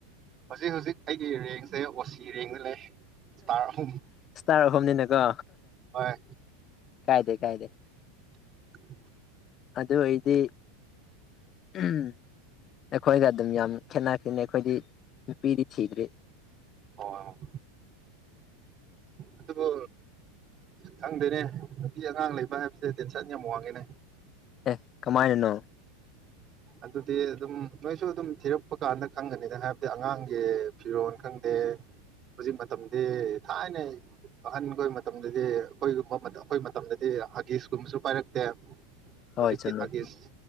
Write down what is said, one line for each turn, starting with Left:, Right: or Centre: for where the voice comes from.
Right: ꯍꯧꯖꯤꯛ ꯍꯧꯖꯤꯛ ꯑꯩꯒꯤ ꯔꯦꯡꯁꯦ ꯑꯣꯁꯤ ꯔꯦꯡꯗ ꯂꯩ ꯏꯁꯇꯥꯔ ꯑꯍꯨꯝ
Left: ꯏꯁꯇꯥꯔ ꯑꯍꯨꯝꯅꯤꯅꯀꯣ
Right: ꯍꯣꯏ
Left: ꯀꯥꯏꯗꯦ ꯀꯥꯏꯗꯦ
Right: <unintelligible>
Left: ꯑꯗꯨ ꯑꯣꯏꯗꯤ ꯎꯝ ꯑꯩꯈꯣꯏꯒ ꯑꯗꯨꯝ ꯌꯥꯝ ꯈꯦꯠꯅꯈꯤꯅꯤ ꯑꯩꯈꯣꯏꯗꯤ ꯅꯨꯄꯤꯗꯤ ꯊꯤꯗ꯭ꯔꯤ
Right: ꯑꯣ ꯑꯗꯨꯕꯨ ꯈꯪꯗꯦꯅꯦ ꯅꯨꯄꯤ ꯑꯉꯥꯡ ꯂꯩꯕ ꯍꯥꯏꯕꯁꯦ ꯇꯦꯟꯁꯟ ꯌꯥꯝ ꯋꯥꯡꯉꯦꯅꯦ
Left: ꯑꯦ ꯀꯃꯥꯏꯅꯅꯣ
Right: ꯑꯗꯨꯗꯤ ꯑꯗꯨꯝ ꯅꯣꯏꯁꯨ ꯑꯗꯨꯝ ꯊꯤꯔꯛꯄ ꯀꯥꯟꯗ ꯈꯪꯒꯅꯤꯗ ꯍꯥꯏꯕꯗꯤ ꯑꯉꯥꯡꯒꯤ ꯐꯤꯔꯣꯜ ꯈꯪꯗꯦ ꯍꯧꯖꯤꯛ ꯃꯇꯝꯗꯤ ꯊꯥꯏꯅ ꯑꯍꯟꯈꯣꯏ ꯃꯇꯝꯗꯗꯤ ꯑꯩꯈꯣꯏꯒꯨꯝꯕ ꯑꯩꯈꯣꯏ ꯃꯇꯝꯗꯗꯤ ꯍꯒꯤꯁꯀꯨꯝꯕꯁꯨ ꯄꯥꯏꯔꯛꯇꯦ
Left: ꯍꯣꯏ
Right: ꯍꯧꯖꯤꯛꯇꯤ
Left: ꯆꯨꯝꯃꯦ
Right: ꯍꯒꯤꯁ